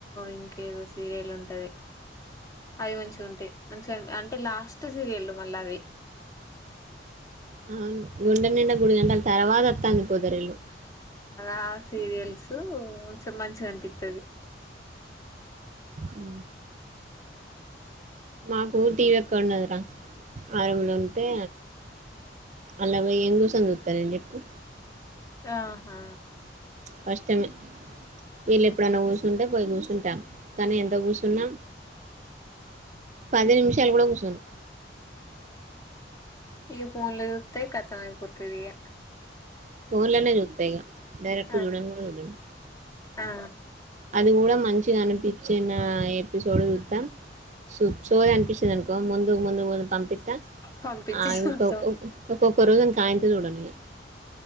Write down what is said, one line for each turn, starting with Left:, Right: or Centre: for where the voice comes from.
Left: ఇంకేదో సీర ఉంటది అవి మంచి ఉంటాయి మంచిగా అంటే లాస్ట్ సీరియల్ మళ్ళా అది
Right: అవును గుండె నిం గుడి గంటల తర్వాత వస్తాంది పొదరిల్లు
Left: ఆ సీరియల్స్ మంచిగా అనిపిస్తది
Right: ఉ మాకు టీవీ ఎక్క ఉండదురా ఆరంగలు ఉంటే అలాగ ఏం కూసని చూతారని చెప్పు
Left: ఆహా
Right: కష్టమే వీళ్ళు ఎప్పుడన్నా కూసుంటే పోయి కూర్చుంటా కానీ ఎంత కూచున్నా పది నిమిషాలు కూడా కూచోను
Left: ఇక ఫోన్ లో చుత్తే కతామయిపోతది ఇగ
Right: ఫోన్లోనే చుత్త ఇగ డైరెక్ట్
Left: ఆ
Right: చూడను కూడా చూడను
Left: ఆ
Right: అది కూడా మంచిగా అనిపించిన ఎపిసోడ్ చుత్తం సూ సోది అనిపిస్తుంది అనుకో ముందు ముందు ముందు పంపిస్తా
Left: పంపించి
Right: ఆ
Left: చూత్తం
Right: ఇంకొకు ఒక్కొక్క రోజు అని కాయంతి చూడను ఇగ